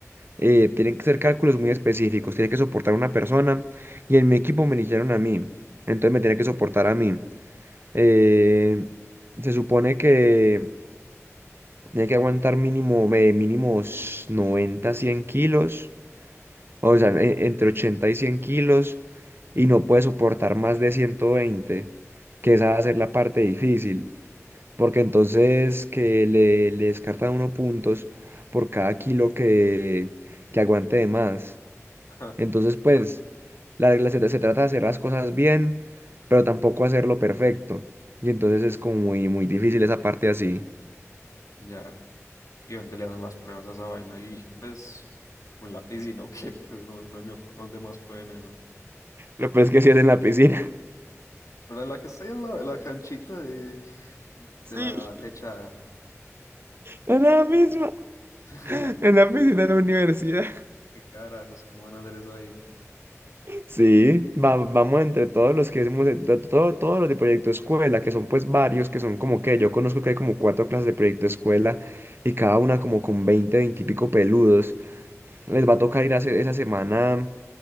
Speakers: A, on the right; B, on the left.
A: eh, tienen que ser cálculos muy específicos, tiene que soportar una persona y en mi equipo me eligieron a mí, entonces me tiene que soportar a mí. Eh, se supone que tiene que aguantar mínimo, eh, mínimos 90, 100 kilos, o sea, e- entre 80 y 100 kilos, y no puede soportar más de ciento veinte que esa va a ser la parte difícil, porque entonces que le, le descartan uno puntos por cada kilo que, que aguante de más.
B: <laughs>
A: Entonces, pues, la regla se, se trata de hacer las cosas bien, pero tampoco hacerlo perfecto. Y entonces es como muy, muy difícil esa parte así.
B: ya. ¿Y dónde le hacen las pruebas a esa vaina? Y pues, como en la piscina o qué, pues no, no me ocurre dónde más prueben eso.
A: Lo peor es que sí es en la piscina. <laughs>
B: Pero en la que estoy al lado de la canchita de, de
A: Sí,
B: la techada.
A: es la misma.
B: <laughs>
A: En la piscina de la universidad. <laughs>
B: ¿Qué carajos? ¿Cómo van a hacer eso ahí?
A: Sí, va- vamos entre todos los que hemos, de- de- todo, todos los de proyecto escuela, que son pues varios, que son como que yo conozco que hay como cuatro clases de proyecto escuela y cada una como con 20 20 y pico peludos. Les va a tocar ir a hacer esa semana.